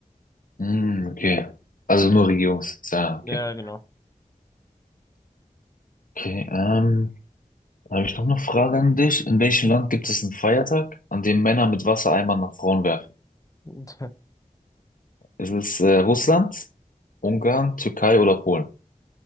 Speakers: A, on the left; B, on the left.
A: Hm, okay. Also nur Regierungssitz. Ja,
B: Ja,
A: okay.
B: genau.
A: Okay, ähm, dann habe ich noch eine Frage an dich. In welchem Land gibt es einen Feiertag, an dem Männer mit Wassereimern nach Frauen werfen?
B: Und <laughs>
A: Ist es äh, Russland, Ungarn, Türkei oder Polen?